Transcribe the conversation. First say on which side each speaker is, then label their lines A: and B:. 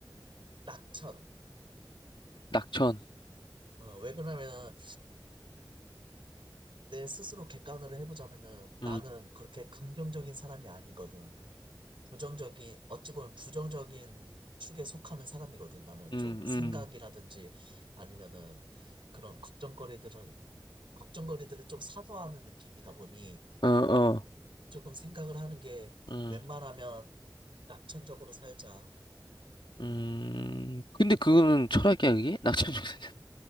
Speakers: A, on the right (about 80°); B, on the left (about 70°).
A: 낙천.
B: 낙천.
A: 어, 왜 그러냐면은, 내 스스로 객관을 해보자면은,
B: 음,
A: 나는 그렇게 긍정적인 사람이 아니거든. 부정적인, 어찌 보면 부정적인 축에 속하는 사람이거든. 나는
B: 음,
A: 좀 생각이라든지
B: 음,
A: 아니면은 그런 걱정거리들은, 걱정거리들을 좀 사소하는 느낌이다 보니
B: 어, 어,
A: 조금 생각을 하는 게
B: 음,
A: 웬만하면 낙천적으로 살자.
B: 음. 근데 그거는 철학이야, 그게? 낙천 중생이잖아.